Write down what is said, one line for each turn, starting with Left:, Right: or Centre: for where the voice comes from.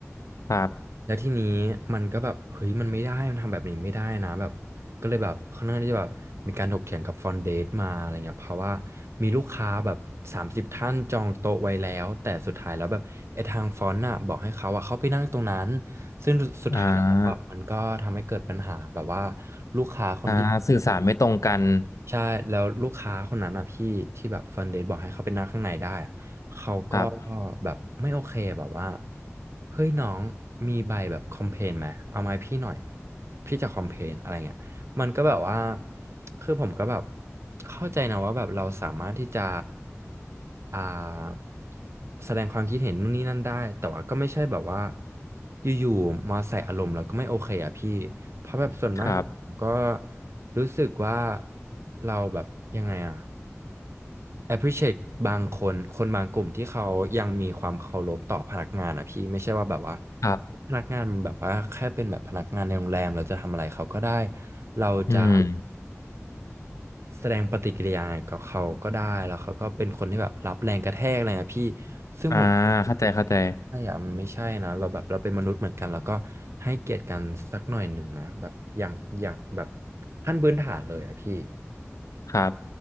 Left: ครับ
Right: แล้วทีนี้มันก็แบบเฮ้ยมันไม่ได้มันทำแบบนี้ไม่ได้นะแบบก็เลยแบบค่อนข้างที่จะแบบมีการถกเถียงกับฟอนเดตมาอะไรเงี้ยเพราะว่ามีลูกค้าแบบสามสิบท่านจองโต๊ะไว้แล้วแต่สุดท้ายแล้วแบบไอ้ทางฟอนต์น่ะบอกให้เขาอะเข้าไปนั่งตรงนั้นซึ่งสุดท้ายแล้วอะมันก็ทำให้เกิดปัญหาแบบว่า
Left: อ่า
Right: ลูกค้าคนที่
Left: อ่าสื่อสารไม่ตรงกัน
Right: ใช่แล้วลูกค้าคนนั้นอะพี่ที่แบบเฟิร์นเดทบอกให้เขาไปนั่งข้างในได้อะเขาก็
Left: ครับ
Right: แบบไม่โอเคแบบว่าเฮ้ยน้องมีใบแบบคอมเพลนไหมเอามาให้พี่หน่อยพี่จะคอมเพลนอะไรเงี้ย มันก็แบบว่า คือผมก็แบบเข้าใจนะว่าแบบเราสามารถที่จะอ่าแสดงความคิดเห็นนู่นนี่นั่นได้ แต่ว่าก็ไม่ใช่แบบว่าอยู่ๆมาใส่อารมณ์แล้วก็ไม่โอเคอ่ะพี่ เพราะแบบส่วนมากผมก็
Left: ครับ
Right: รู้สึกว่าเราแบบยังไงอ่ะ appreciate บางคนคนบางกลุ่มที่เขายังมีความเคารพต่อพนักงานอ่ะพี่ไม่ใช่ว่าแบบว่า
Left: ครับ
Right: พนักงานมันแบบว่าแค่เป็นแบบพนักงานในโรงแรมเราจะทำอะไรเขาก็ได้เราจะ
Left: อืม
Right: แสดงปฏิกิริยากับเขาก็ได้แล้วเขาก็เป็นคนที่แบบรับแรงกระแทกอะไรอะพี่ซึ่งผม
Left: อ่าเข้าใจเข้าใจ
Right: ไม่อะมันไม่ใช่นะเราแบบเราเป็นมนุษย์เหมือนกันแล้วก็ให้เกียรติกันสักหน่อยหนึ่งนะแบบอย่างอย่างแบบขั้นพื้นฐานเลยอะพี่
Left: ครับ